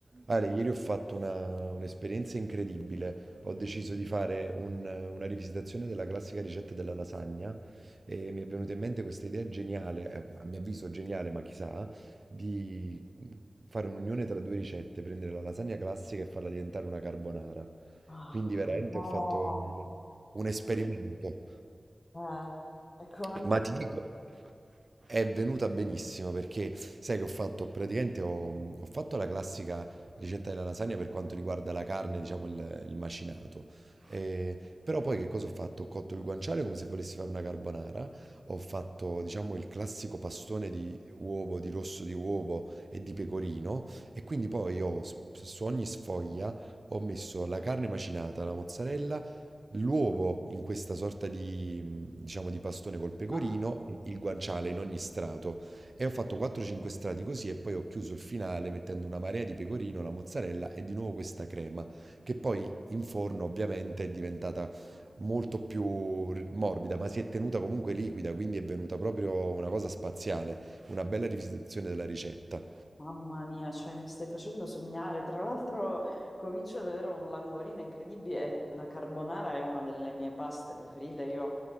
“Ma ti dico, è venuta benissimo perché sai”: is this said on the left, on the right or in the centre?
Right